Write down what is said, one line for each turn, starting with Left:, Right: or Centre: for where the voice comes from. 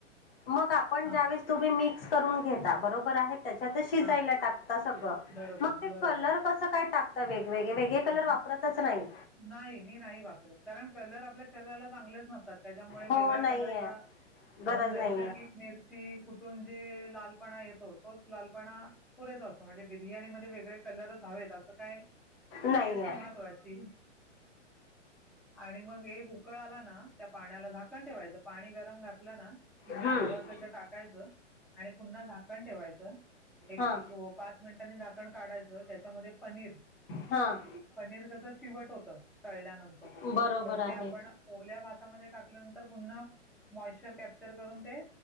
Left: मग आपण
Centre: हां
Left: ज्या वळे तुम्ही मिक्स करून घेता बरोबर आहे त्याच्यात शिजयला
Centre: हां
Left: टाकता सगळ
Centre: बरोबर,
Left: मग ते
Centre: बरोबर.
Left: कलर कसं काय टाकत वेगवेगळे वेगळे कलर
Centre: हं,
Left: वापरतच
Centre: हं.
Left: नाही?
Centre: नाही मी नाही वापरत कारण कलर आपल्या शरीराला चांगलेच नसतात त्याच्यामुळे
Left: हो
Centre: वेगळ्या
Left: नाहीये
Centre: कलरचा
Left: गरज
Centre: म्हणून नैसर्गिक
Left: नाहीये
Centre: मिरची कुठून जे लालपणा येतो तोच लालपणा पुरेसा असतो म्हणजे बिर्याणी मध्ये वेगळे कलरच हवे त्याचं काय
Left: नाहीये
Centre: टेस्ट महत्वाची आणि मग एक उकळ आला ना त्या पाण्याला झाकण ठेवायचं पाणी गरम घातलं ना की मीठ
Left: हम्म
Centre: हव असेल तर टाकायचं आणि पुन्हा झाकण ठेवायचं एक
Left: हा
Centre: पाच मिनिटांनी झाकण काढायचं त्याच्यामध्ये पनीर
Left: हा
Centre: पनीर तस चिवट होत तळल्यानंतर
Left: बरोबर आहे
Centre: ते आपण ओल्या भातामध्ये टाक ल्यानंतर पुन्हा मॉइश्चर कॅप्चर करून ते